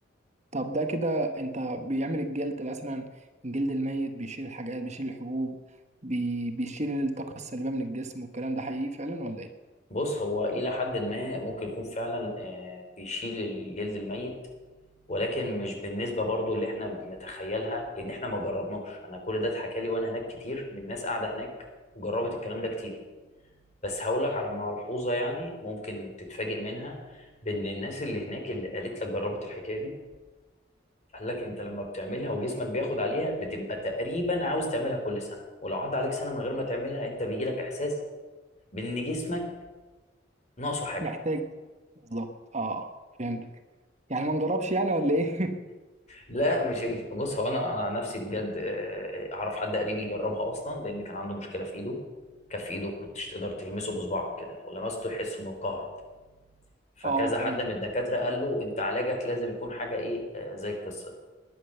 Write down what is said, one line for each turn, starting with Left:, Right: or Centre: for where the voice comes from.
Right: طب ده كده انت بيعمل الجلد مثلا الجلد الميت بيشيل الحاجات بيشيل الحبوب بي... بيشيل الطاقة السلبية من الجسم والكلام ده حقيقي فعلا ولا ايه
Left: بص هو إلى حد ما ممكن يكون فعلا آه، بيشيل الجلد الميت ولكن مش بالنسبه برضو اللي احنا بنتخيلها لان احنا ما جربناش انا كل ده اتحكى لي وانا هناك كتير من ناس قاعده هناك وجربت الكلام ده كتير بس هقول لك على ملحوظه يعني ممكن تتفاجئ منها بان الناس اللي هناك اللي قالت لك جربت الحكايه دي قال لك انت لما بتعملها وجسمك بياخد عليها بتبقى تقريبا عاوز تعملها كل سنه ولو عدى عليك سنه من غير ما تعملها انت بيجي لك احساس بان جسمك ناقصه حاجه
Right: محتاج بالظبط اه آه، فهمتك يعني ما نجربش يعني ولا ايه <laughs>
Left: لا مش الف... بص هو انا انا عن نفسي بجد آه، اعرف حد قريب يجربها اصلا لان كان عنده مشكله في ايده كف ايده كنتش تقدر تلمسه بصبعك كده لو لمسته يحس انه كهرب فكذا
Right: اه اه فهمت
Left: حد من الدكاتره قال له انت علاجك لازم يكون حاجه ايه آه، زي القصه دي